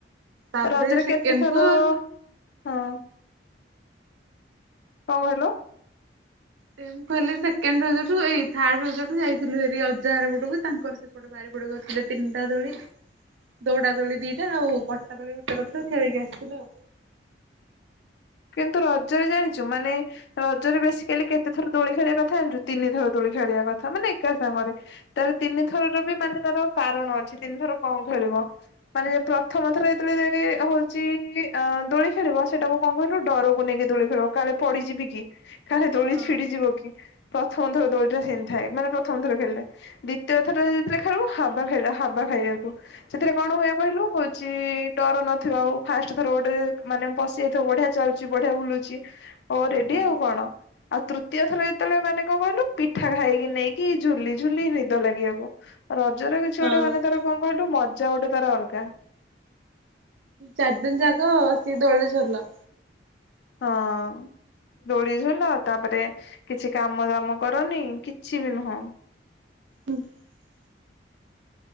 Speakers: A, on the right (about 80°); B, on the left (about 60°).
A: ତାପରେ
B: ରଜରେ
A: ସେକେଣ୍ଡ
B: କେତେଥର-
A: କୁ
B: ହଁ। କଣ କହିଲ?
A: ସେ ମୁଁ କହିଲି ସେକେଣ୍ଡ ରଜ ଠୁ ଏଇ ଥାର୍ଡ ରଜ ଠୁ ଯାଇଥିଲୁ ହେରି ଅଜହାର ପଟକୁ ତାଙ୍କର ସେପଟ। ବାରି ପଟେ କରଥିଲେ ତିନଟା ଦୋଳି। ଦୌଡା ଦୋଳି ଦିଟା ଆଉ ପଟା ଦୋଳି ଗୋଟେ କରିଥିଲ ଖେଳିକି ଆସିଥିଲୁ ଆଉ।
B: କିନ୍ତୁ ରଜରେ ଜାଣିଛୁ, ମାନେ ରଜରେ ବେଶିକାଲି କେତେ ଥର ଦୋଳି ଖେଳିବା କଥା ଜାଣିଛୁ, ତିନି ଥର ଦୋଳି ଖେଳିବା କଥା ମାନେ ଏକା ସାଙ୍ଗରେ। ତାର ତିନିଥରର ବି ମାନେ ତାର କାରଣ ଅଛି ତିନି ଥର କଣ ଖେଳିବ। ମାନେ ପ୍ରଥମ ଥର ଯେତେବେଳେ ହଉଛି ଅ ଦୋଳି ଖେଳିବ ସେଇଟାକୁ କଣ କହିଲ ଡରକୁ ନେଇକି ଦୋଳି ଖେଳିବ କାଳେ ପଡିଯିବି କି କାଳେ ଦୋଳି
A: ହଁ
B: ଛିଡିଯିବ କି! ପ୍ରଥମ ଥର ଦୋଳିଟା ସେ ନି ଥାଏ ମାନେ ପ୍ରମଥର ଖେିଲେ। ଦ୍ୱିତୀୟ ଥର ଯେତେଳେ ଖେଳୁଖା ହାବା ଖାଇବା ହାବା ଖାଇବାକୁ। ସେଥିରେ କଣ ହୁଏ କହିଲୁ ହଉଛି ଡର ନଥିବା ଆଉ ଫାଷ୍ଟ ଥର ଗୋଟେ ମାନେ ପଶି ଯାଇଥିବ ବଢିଆ ଚାଲୁଛି ବଢିଆ ବୁଲୁଛି ହଉ ରେଡି
A: ହଁ
B: ଆଉ କଣ। ଆଉ ତୃତୀୟ ଥର ଯେତେବେଳେ ମାନେ କଣ କହିଲୁ ପିଠା ଖାଇକି ନେଇକି ଝୁଲିଝୁଲି ନିଦ ଲାଗିବାକୁ। ରଜରେ କିଛି
A: ହଁ
B: ଗୋଟେ ମାନେ ତାର କଣ କହିଲୁ ମଜା ଗୋଟେ ତାର ଅଲଗା।
A: ଚାରି ଦିନ ଯାକ ଵ ସିକି ଦୋଳିରେ ଝୁଲ।
B: ହଁ। ଦୋଳିଝୁଲ ତାପରେ କିଛି କାମ ଦାମ କରନି କିଛି ବି ନୁହଁ।
A: ହୁଁ <inaudible>